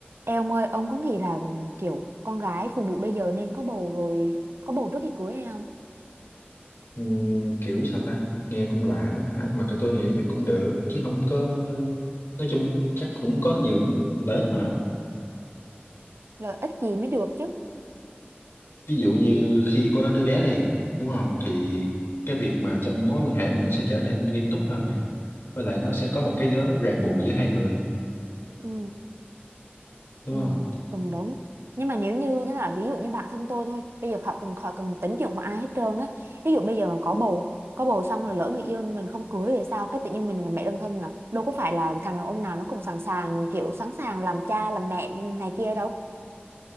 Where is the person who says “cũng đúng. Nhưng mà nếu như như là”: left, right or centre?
Right